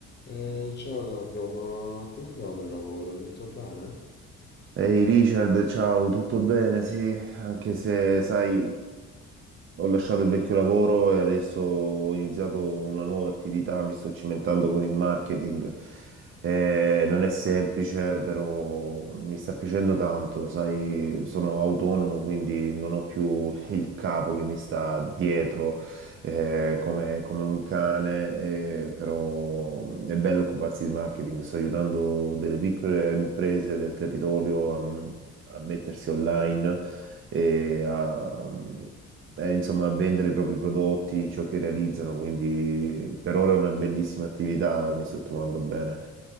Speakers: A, on the left; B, on the right.
A: Eh, ciao Gabro, ma come va col lavoro? Tutto bene?
B: Ehi Richard, ciao, tutto bene? Sì, anche se sai, ho lasciato il vecchio lavoro e adesso ho iniziato una nuova attività, mi sto cimentando con il marketing. Eh, non è semplice, però mi sta piacendo tanto, sai, sono autonomo, quindi non ho più il capo che mi sta dietro eh, come, come un cane, eh, però mh, è bello occuparsi di marketing. Sto aiutando delle piccole imprese del territorio a, a mettersi online e a, mh, eh, insomma, a vendere i propri prodotti, ciò che realizzano. Quindi per ora è una bellissima attività, mi sto trovando bene.